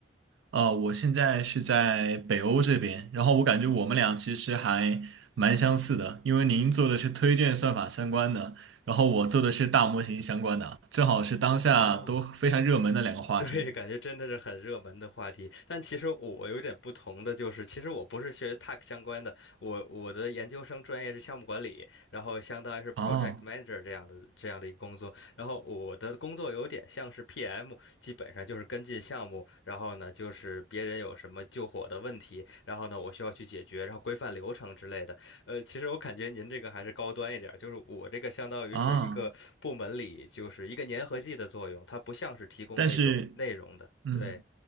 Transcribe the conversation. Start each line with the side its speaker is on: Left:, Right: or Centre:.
Right: 呃，我现在是在北欧这边，然后我感觉我们俩其实还蛮相似的，因为您做的是推荐算法相关的，然后我做的是大模型相关的，正好是当下都非常热门的两个话题。
Left: 哦。<laughs> 对，感觉真的是很热门的话题。但其实我有点不同的就是，其实我不是学 Tech 相关的，我我的研究生专业是项目管理，然后相当于是 Project
Right: 啊
Left: Manager 这样的这样的一个工作。然后我的工作有点像是 PM，基本上就是跟进项目，然后呢就是别人有什么救火的问题，然后呢我需要去解决，然后规范流程之类的。呃，其实我感觉您这个还是高端一点儿，就是我这个相当于是一个部门里就是一个粘合剂的作用，
Right: 啊，
Left: 它不像是提供那种内容的。
Right: 但是，嗯。
Left: 对